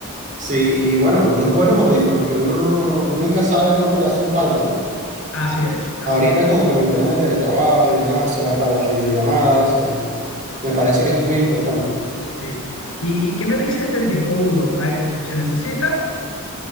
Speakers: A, on the right (about 35°); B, on the left (about 80°).
A: Sí, y bueno, unos buenos audífonos que uno no, nunca sabe cuándo le hacen falta, ¿no?
B: Así es, así
A: Ahorita
B: es.
A: con, con el tema del teletrabajo y demás, o sea, para las videollamadas, eh, me parece que es muy importante.
B: Sí. ¿Y, y qué me dices del disco duro? Ah, eh, ¿Se necesita?